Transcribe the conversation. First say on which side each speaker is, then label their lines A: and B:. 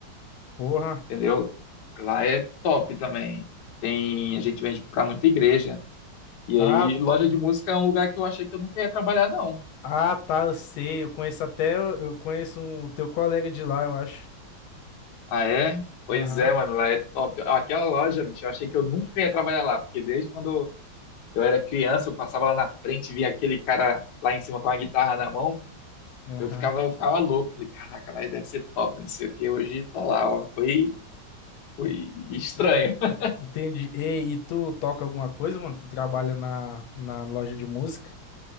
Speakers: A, on the left; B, on the left.
A: Porra.
B: Entendeu? Lá é top também. Tem... A gente vende pra muita igreja. E aí,
A: Ah,
B: loja de música é um lugar que eu achei que eu nunca ia trabalhar, não.
A: Ah, tá, eu sei. Eu conheço até, eu conheço um- o teu colega de lá, eu acho.
B: Ah, é? Pois
A: Aham,
B: é, mano, lá é top. Ah, Aquela loja, bicho, eu achei que eu nunca ia trabalhar lá, porque desde quando eu era criança, eu passava lá na frente, via aquele cara lá em cima com a guitarra na mão,
A: aham.
B: eu ficava, eu ficava louco. Falei, caraca, lá deve ser top, não sei o que. Hoje tô lá, ó. Foi, foi
A: E-
B: estranho.
A: e-
B: <laughs>
A: Entendi. E, e tu toca alguma coisa, mano? Tu trabalha na, na loja de música?